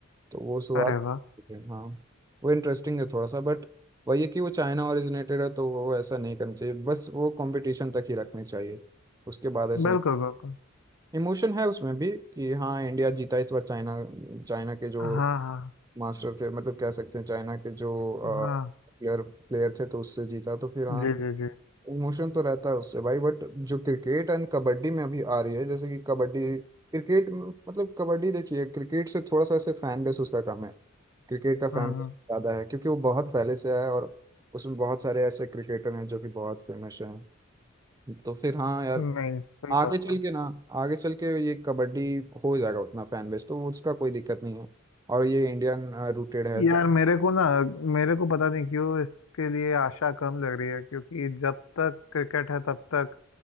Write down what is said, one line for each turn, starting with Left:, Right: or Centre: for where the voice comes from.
Right: तो वो शुरुआत
Left: अरे वाह
Right: थे हाँ वो इंटरेस्टिंग है थोड़ा सा बट वही है कि वो चाइना ओरिजिनेटेड है तो वो ऐसा नहीं करना चाहिए बस वो कंपटीशन तक ही रखनी चाहिए उसके बाद ऐसे
Left: बिल्कुल
Right: नहीं
Left: बिल्कुल
Right: इमोशन है उसमें भी कि हाँ इंडिया जीता इस बार चाइना चाइना के जो
Left: हाँ हाँ
Right: मास्टर थे मतलब कह सकते हैं चाइना के जो
Left: हाँ
Right: प्लेयर प्लेयर थे तो उससे जीता तो फिर हाँ
Left: जी जी जी
Right: इमोशन तो रहता है उससे भाई बट जो क्रिकेट एंड कबड्डी में अभी आ रही है जैसे कि कबड्डी क्रिकेट मतलब कबड्डी देखिए क्रिकेट से थोड़ा सा ऐसे फैन बेस उसका कम है क्रिकेट का फैन
Left: हम्म
Right: बेस ज़्यादा है क्योंकि वो बहुत पहले से है और उसमें बहुत सारे ऐसे क्रिकेटर हैं जो कि बहुत फेमस हैं तो फिर हाँ यार
Left: नहीं सही
Right: आगे
Left: बात
Right: चल
Left: है
Right: के ना आगे चल के ये कबड्डी हो जाएगा उतना फैन बेस तो उसका कोई दिक्कत नहीं है और ये इंडियन रूटेड है
Left: यार
Right: तो
Left: मेरे को ना मेरे को पता नहीं क्यों इसके लिए आशा कम लग रही है क्योंकि जब तक क्रिकेट है तब तक